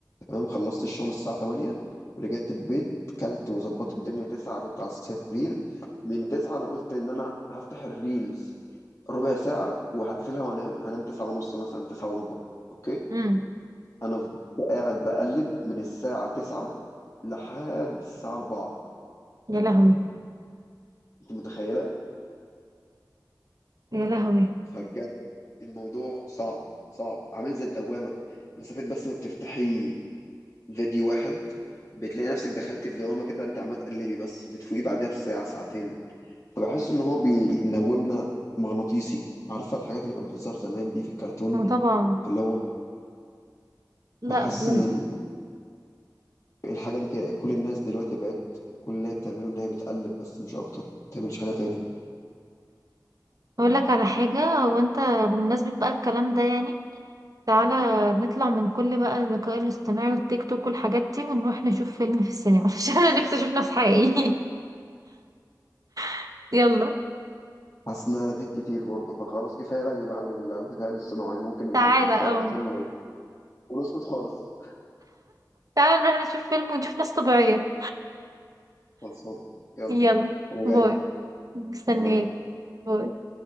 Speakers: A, on the left (about 40°); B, on the right (about 55°).
A: تمام خلصت الشغل الساعة 8 رجعت البيت كلت وظبطت الدنيا 9 كنت على السرير من 9 انا قلت ان انا هفتح الريلز ربع ساعة وهقفلها وانام هنام 9 ونص مثلا 9 وربع اوكي
B: امم
A: انا فضلت قاعد بقلب من الساعة 9 لحد الساعة 4
B: يا لهوي
A: انت متخيلة
B: يا لهوي
A: فبجد الموضوع صعب صعب عامل زي الدوامة مسافة بس ما بتفتحي فيديو واحد بتلاقي نفسك دخلتي في دوامة كده انت عمال تقلبي بس بتفوقي بعدها بساعة ساعتين فبحس ان هو بينومنا مغناطيسي عارفه الحاجات اللي كانت بتظهر زمان دي في الكرتون
B: ما طبعا
A: اللي هو
B: لا
A: حاسس
B: بجد
A: ان ال- الحاجه دي كده- كل الناس دلوقتي بقت كل اللي هي بتعمله ان هي بتقلب بس مش اكتر ما بتعملش حاجه تاني
B: اقول لك على حاجه هو انت بمناسبه بقى الكلام ده يعني تعالى نطلع من كل بقى الذكاء الاصطناعي والتيك توك والحاجات دي ونروح نشوف فيلم في السينما <laughs> عشان انا نفسي اشوف ناس حقيقي <laughs> يلا
A: حاسس ان انا رغيت كتير برضه فخلاص كفايه رغي بقى عن الذكاء الاصطناعي ممكن نبقى
B: تعالى
A: نتفرج
B: اه
A: على الفيلم ونسكت خالص
B: تعالى نروح نشوف فيلم ونشوف ناس طبيعية
A: خلصانه يلا
B: يلا
A: انا
B: باي
A: جاي
B: مستنياك
A: باي
B: باي.